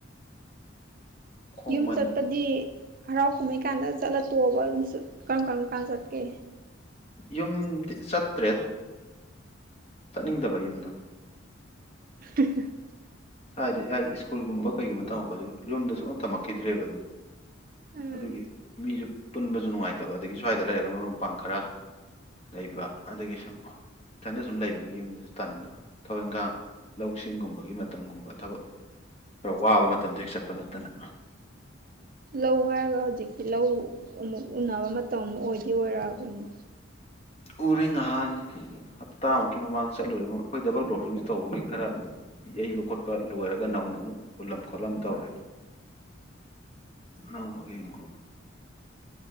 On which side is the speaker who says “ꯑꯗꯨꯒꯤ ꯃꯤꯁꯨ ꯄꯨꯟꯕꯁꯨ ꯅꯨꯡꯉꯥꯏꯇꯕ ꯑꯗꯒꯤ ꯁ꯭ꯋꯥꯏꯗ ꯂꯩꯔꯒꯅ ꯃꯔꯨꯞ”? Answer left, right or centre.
Left